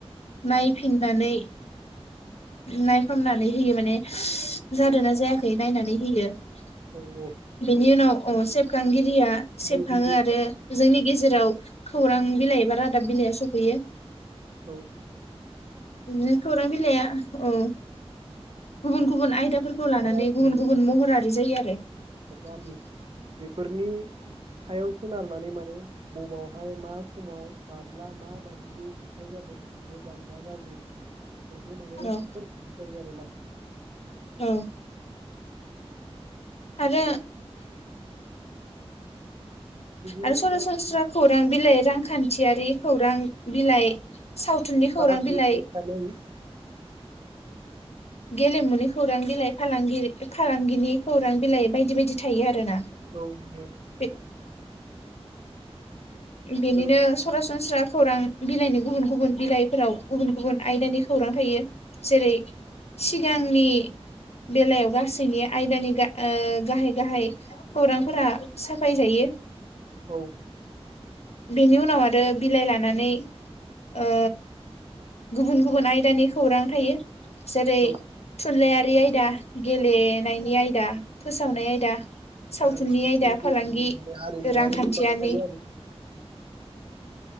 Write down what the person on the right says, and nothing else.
औ
नंगौ
रायजो
औ
रायजो
गामि बेफोरनि सायाव सोनारनानै माने बबावहाय मा समाव माब्ला माबायदियै नुथाय जादों मोजां ना गाज्रि बेफोरखौ माने
फोरमायनाय
जायो आरोना ।
बेयाव सुबुं
बा
बाहागो
थानाय औ
नंगौ
सोरबा
औ
औ
औ
रांखान्थि
गोबां माने हारिमुवारि
गोबां थायो
आरो